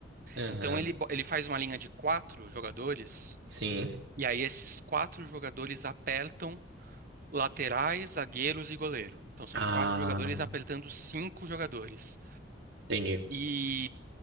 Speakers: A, on the right; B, on the right.
A: Aham,
B: Então ele,
A: uhum,
B: bo- ele faz uma linha de quatro jogadores,
A: sim.
B: e aí esses quatro jogadores apertam laterais, zagueiros e goleiro. Então são
A: Ah,
B: quatro jogadores apertando cinco jogadores.
A: entendi.
B: e